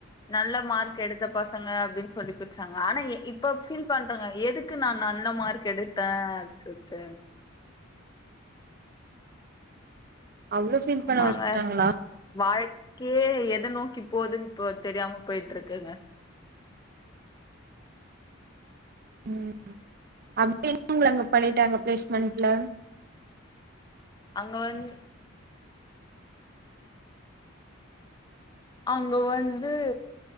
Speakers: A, on the left; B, on the right.
A: நல்ல மார்க் எடுத்த பசங்க அப்டின் சொல்லி பிருச்சாங்க. ஆனா இப்ப ஃபீல் பண்றங்க எதுக்கு நா நல்ல மார்க் எடுத்தே சொல்ட்டு
B: அவ்ளோ ஃபீல்
A: ஆமாங்க
B: பண்ண வச்சுட்டாங்களா
A: வாழ்க்கேயே எத நோக்கி போதுன் இப்போ தெரியாம போய்ட்ருக்குங்க
B: ம் அப்டி என்ன உங்கள அங்க பண்ணிட்டாங்க பிளேஸ்மண்ட்ல
A: அங்கவந்து அங்க வந்து